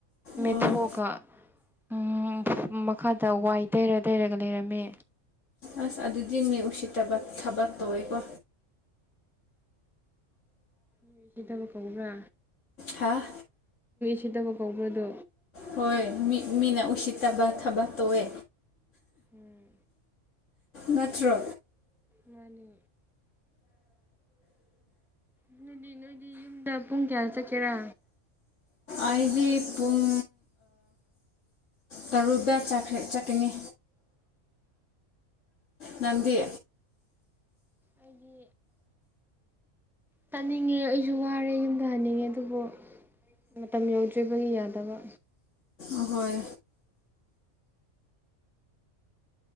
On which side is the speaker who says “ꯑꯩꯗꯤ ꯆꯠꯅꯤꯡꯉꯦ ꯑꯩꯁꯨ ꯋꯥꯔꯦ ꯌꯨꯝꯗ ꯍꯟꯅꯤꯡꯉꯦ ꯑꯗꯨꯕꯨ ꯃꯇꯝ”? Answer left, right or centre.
Centre